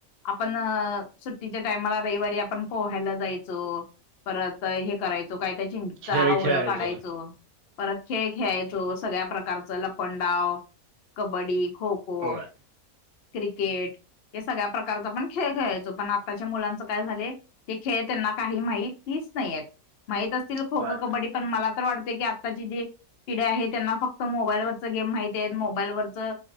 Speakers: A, on the left; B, on the right.
A: आपण सुट्टीच्या टायमाला रविवारी आपण पोहायला जायचो परत हे करायचो, काय त्या चिंचा,
B: खेळ
A: आवळ
B: खेळायचो
A: काढायचो. परत खेळ खेळायचो सगळ्या प्रकारचं लपणडाव, कबड्डी खो खो,
B: होय
A: क्रिकेट हे सगळ्या प्रकारचं आपण खेळ खेळायचो, पण आताच्या मुलांच काय झालयं ते खेळ त्यांना काही माहिती च नाही माहित असतील खो
B: होय
A: खो, कबड्डी पण मला तर वाटते की आत्ताची जी पिढी आहे त्यांना फक्त मोबाईलवरच गेम माहिती आहेत मोबाईलवरच